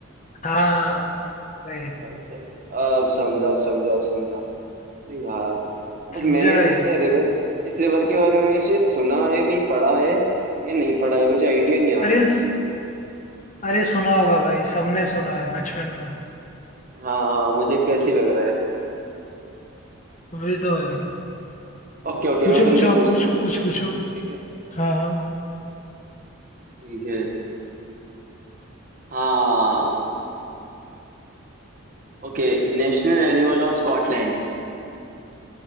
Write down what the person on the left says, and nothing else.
हाँ भाई
समझे
भाई
अरे
स- अरे सुना होगा भाई सबने सुना है बचपन में
वही तो भाई
पूछो
पूछो आप
पूछ
कुछ पूछो
हाँ हाँ